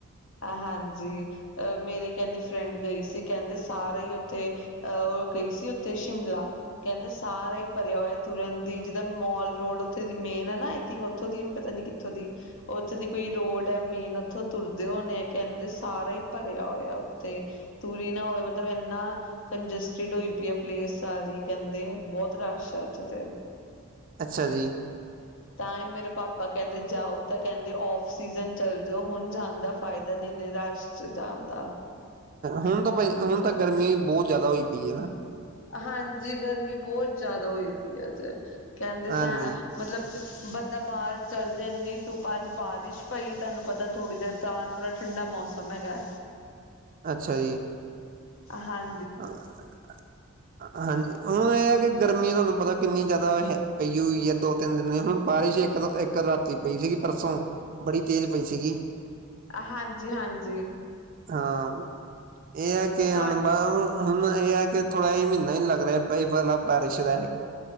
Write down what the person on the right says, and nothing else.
ਅੱਛਾ ਜੀ
ਹੁਨ ਤਾਂ ਹੁਨ ਤਾਂ ਗਰਮੀ ਬਹੋਤ ਜਆਦਾ ਹੋਈ ਪਈ ਆ ਨਾ।
ਹਾਂਜੀ।
ਅੱਛਾ ਜੀ
<unintelligible> ਹਾਂਜੀ ਹੁਨ ਇਹ ਹੈ ਕਿ ਗਰਮੀ ਤੁਹਾਨੂੰ ਪਤਾ ਕਿੰਨੀ ਜ਼ਿਆਦਾ ਪਈ ਹੋਈ ਐ ਦੋ ਤਿੰਨ ਦਿਨ ਦੀ ਹੁਣ ਬਾਰਿਸ਼ ਇੱਕ- ਇੱਕ ਰਾਤੀ ਪਈ ਸੀਗੀ ਪਰਸੋਂ ਬੜੀ ਤੇਜ਼ ਪਈ ਸੀਗੀ।
ਹਾਂ, ਇਹ ਹੈ ਕਿ
ਅਨਬਨ, ਹੁਣ ਇਹ ਹੈ ਕਿ ਥੋੜਾ ਜਿ ਮਹੀਨਾ ਹੀ ਲੱਗ ਰਿਹਾ, ਇਹ ਵਾਲਾ ਬਾਰਿਸ਼ ਦਾ ਹੈਗਾ।